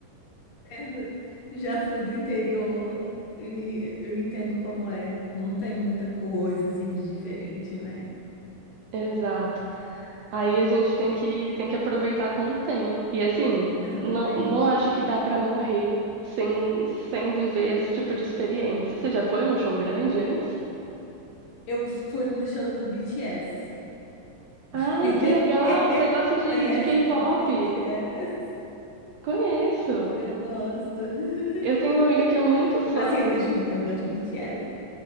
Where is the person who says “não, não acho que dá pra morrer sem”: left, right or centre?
Right